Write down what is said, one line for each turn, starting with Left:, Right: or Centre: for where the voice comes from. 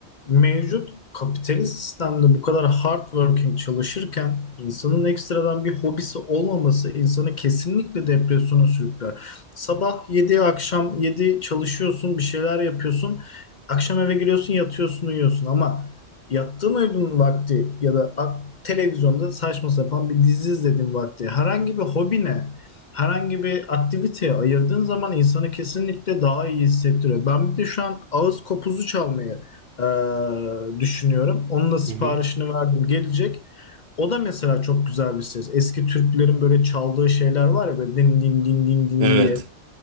Left: Mevcut kapitalist sistemde bu kadar hard working çalışırken insanın ekstradan bir hobisi olmaması insanı kesinlikle depresyona sürükler. Sabah 7 akşam 7 çalışıyorsun, bir şeyler yapıyorsun. Akşam eve giriyorsun, yatıyorsun, uyuyorsun ama yattığın uyuduğun vakti ya da a- televizyonda saçma sapan bir dizi izlediğin vakti herhangi bir hobine herhangi bir aktiviteye ayırdığın zaman insanı kesinlikle daha iyi hissettiriyor. Ben bir de şu an ağız kopuzu çalmayı e, düşünüyorum. Onun da siparişini
Right: Hı hı.
Left: verdim. Gelecek. O da mesela çok güzel bir ses. Eski Türklerin böyle çaldığı şeyler var ya böyle din din din din din
Right: Evet.
Left: diye.